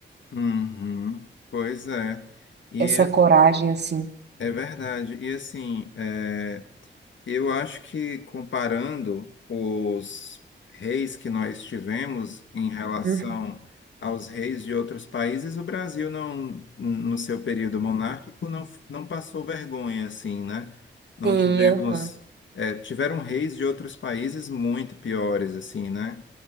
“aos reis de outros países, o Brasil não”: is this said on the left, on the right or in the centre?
Left